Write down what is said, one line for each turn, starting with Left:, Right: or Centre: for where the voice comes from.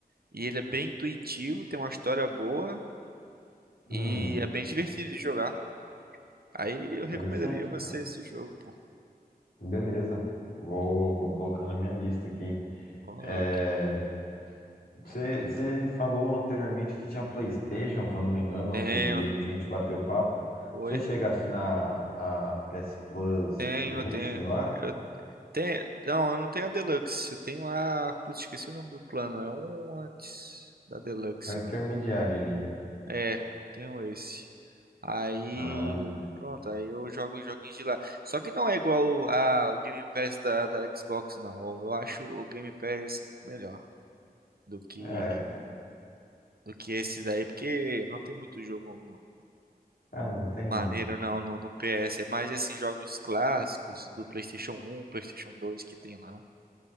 Right: e ele é bem intuitivo, tem uma história boa e
Left: Uhum.
Right: é bem <laughs> divertido de jogar. Aí eu recomendaria
Left: Interessante,
Right: você
Left: cara.
Right: esse jogo, pô.
Left: Beleza. Vou, vou colocar na minha lista aqui.
Right: Coloque.
Left: É, você, você me falou anteriormente que tinha PlayStation, se eu não me engano,
Right: Tenho.
Left: outro dia aí que a gente bateu papo.
Right: Oi.
Left: você chegasse na a PS Plus
Right: Tenho,
Left: Deluxe
Right: tenho.
Left: lá,
Right: Eu tenho. Não, eu não tenho a Deluxe. Eu tenho a. Putz, esqueci o nome do plano. É um antes da Deluxe,
Left: é o
Right: se
Left: intermediário
Right: eu não me engano.
Left: ali.
Right: É, tenho esse. Aí.
Left: Ah,
Right: Pronto, aí eu jogo os joguinhos de lá. Só que não é igual a, o Game Pass da, da Xbox, não. Eu acho o Game Pass muito melhor do que,
Left: é,
Right: do que esse daí, porque não tem muito jogo.
Left: ah, não tem.
Right: Maneiro não, no, no PS, é mais assim, jogos clássicos do PlayStation um PlayStation dois que tem lá.